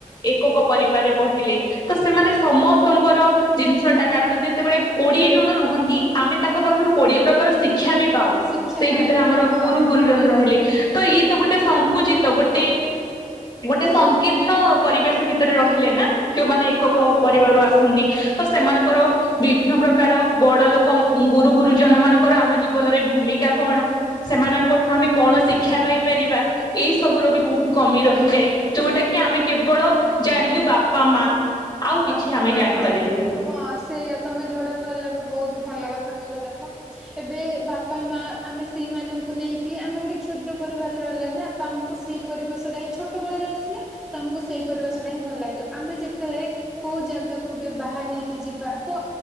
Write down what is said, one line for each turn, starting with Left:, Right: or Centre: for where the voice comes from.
Left: ଏ ଏକ ପରିବାରରେ ବଢିଲେ ତ ସେମାନେ ସମସ୍ତଙ୍କର ଜିନିଷ ଟା କାରଣ ଯେତେବେଳେ କୋଡିଏ ଜ ଣ ରୁହନ୍ତି ଆମେ ତାଙ୍କ ପାଖରୁ କୋଡିଏ ପ୍ରକାର ଶିକ୍ଷା ବି ପାଉ
Centre: ଶିକ୍ଷା
Left: ସେଇ
Centre: ପାଇବାରେ
Left: ଭିତରେ ଆମର
Centre: ହଁ
Left: ଗୁରୁ ଗୁରୁ ରହିଲେ ତ ଇଏ
Centre: ହଁ
Left: ତ ଗୋଟେ ସଙ୍କୁଚିତ। ତ ଗୋଟେ ଗୋଟେ ସଂକୀର୍ଣ୍ଣ ପରିବେଶ ଭିତରେ ରହିଲେ ନା। ଯୋଉମାନେ ଏକକ
Centre: ହଁ
Left: ପରିବାରରୁ ଆସନ୍ତି ତ ସେମାନଙ୍କର
Centre: ହଁ
Left: ବିଭିନ୍ନ ପ୍ରକାର। ବଡ ଲୋକ ଗୁରୁ ଗୁରୁଜନ ମାନଙ୍କର ଆମ ଜୀବନରେ ଭୂମିକା କଣ ସେମାନେ ଠୁ
Centre: ହୁଁ
Left: ଆମେ କଣ ଶିକ୍ଷା ପାଇପାରିବା ଏଇ ସବ ର ବି ବହୁତ କମି ରହିଯାଏ ଯୋଉଟା କି। ଆମେ କେବଳ ଜାଣିଲୁ ବାପା ମା। ଆଉ କିଛି
Centre: ବାପା
Left: ଆମେ
Centre: ମା
Left: ଜାଣିପାରିଲୁନି।
Centre: ହଁ ହଁ ସେଇୟା ତମେ ଯୋଉଟା କହିଲା ବି ବହୁତ ଭଲ କଥା କହିଲ ଦେଖ। ଏବେ ବାପା ମା ଆମେ ସେଇମାନଙ୍କୁ ନେଇକି ଆମେ ଗୋଟେ କ୍ଷୁଦ୍ର ପରିବାର ରହିଲେ ନା। ତ ଆମକୁ ସେଇ ପରିବେଶଟା ହିଁ ଛୋଟ ବେଳରେ ଆସିଲେ ତ ଆମକୁ ସେଇ ପରିବେଶଟା ହିଁ ଭଲ ଲାଗେ ଆମେ ଯେତେବେଳେ। କୋଉ ଜାଗାକୁ ବି ବାହା ହେଇକି ଯିବା ତ।